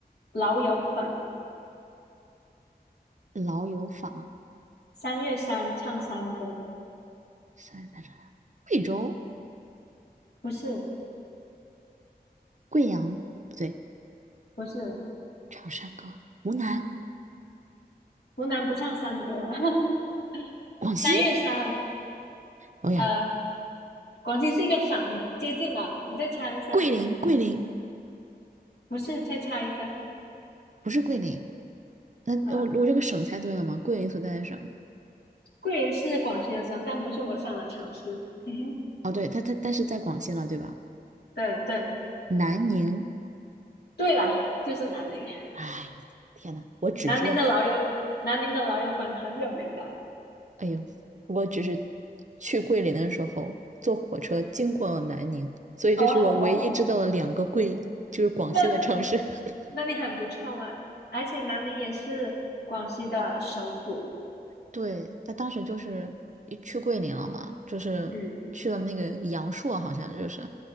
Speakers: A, on the left (about 75°); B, on the right (about 45°).
A: 老友粉，
B: 老友坊、
A: 三月三唱山歌，
B: 三十三长沙、贵州、
A: 不是，
B: 贵阳，对，
A: 不是，
B: 长山高、湖南、
A: 湖南不唱山歌啊 <laughs>
B: 广西，
A: 三月三，
B: 哦呀，
A: 呃，广西是一个省，你接近了，你再猜一下，
B: 桂林，桂林
A: 不是，再猜一下，
B: 不是桂林，那我我这个省猜对了吗？
A: 啊、
B: 桂林所在的省，
A: 桂林是广西的省，但不是我上的城市，<laughs> 嘿嘿，
B: 哦，对，它它但是在广西了，对吧？
A: 对对
B: 南宁，
A: 对啦，就是南宁，
B: 哎呦，天呐，我只知道。
A: 南宁的老友，南宁的老友粉很有名的。
B: 哎呦，我只是去桂林的时候坐火车经过了南宁，所以这是我唯一知道的两个桂，
A: 哦，好吧，
B: 就是广西的城市。
A: 那
B: <laughs>
A: 那你很不错嘛。而且南宁也是广西的首府。
B: 对，他当时就是一去桂林了嘛，就是去了那个阳朔，
A: 嗯，
B: 好像就是